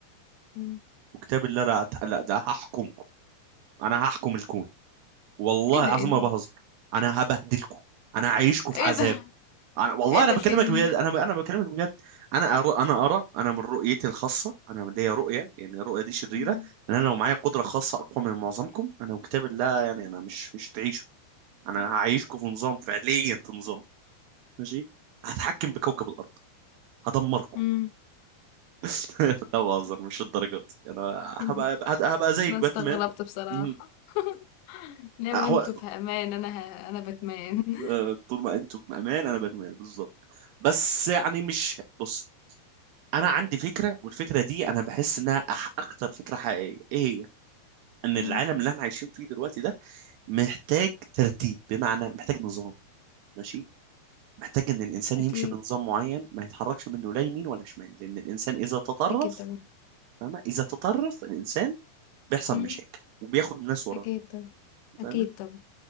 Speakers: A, on the left; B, on the right.
A: مم.
B: وكتاب الله لا أت- لا ده هحكمكم انا هحكم الكون والله
A: ايه ده
B: العظيم
A: ايه ده
B: ما بهزر انا هبهدلكم انا هعيشكم في
A: ايه
B: عذاب
A: ده
B: انا والله
A: ايه
B: انا
A: ده
B: بكلمك
A: في إيه؟
B: بجد انا انا بكلمك بجد انا أرى انا ارى انا من رؤيتي الخاصه انا من ليا رؤيه يعني الرؤيه دي شريره
A: مم.
B: ان انا لو معايا قدره خاصه اقوى من معظمكم انا وكتاب الله يعني انا مش مش هتعيشوا انا هعيشكم في نظام فعليا في نظام ماشي هتحكم بكوكب الارض هدمركم
A: مم.
B: <laughs> لا بهزر مش الدرجات دي. انا
A: <laughs>
B: هبقى هبقى هبقى زيك
A: أنا استغربت
B: باتمان
A: بصراحة
B: مم.
A: <laughs> ناموا
B: هو
A: انتوا في أمان أنا ه... أنا بتمان <laughs>
B: آه. طول ما انتم بامان انا باتمان بالظبط بس يعني مش بص انا عندي فكره والفكره دي انا بحس انها أح اكتر فكره حقيقيه ايه هي ان
A: مم.
B: العالم اللي احنا عايشين فيه دلوقتي ده محتاج ترتيب بمعنى محتاج نظام ماشي محتاج ان الانسان
A: أكيد
B: يمشي بنظام معين ما يتحركش منه لا يمين ولا شمال لان الانسان اذا تطرف
A: أكيد طبعا
B: فاهمه اذا تطرف الانسان بيحصل
A: مم.
B: مشاكل وبياخد الناس وراه
A: أكيد طبعا أكيد
B: فاهمه
A: طبعا